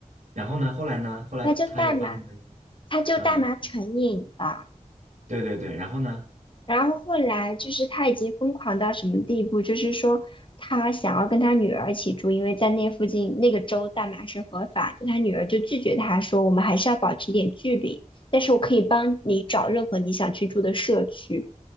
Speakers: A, on the right (about 60°); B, on the left (about 40°).
A: 然后呢，后来呢，后来他又发生了，
B: 那就大麻，它就大麻成瘾了。
A: 嗯，对对对，然后呢，
B: 然后后来就是他已经疯狂到什么地步，就是说他想要跟他女儿一起住，因为在那附近那个州大麻是合法的，他女儿就拒绝他说我们还是要保持一点距离，但是我可以帮你找任何你想去住的社区。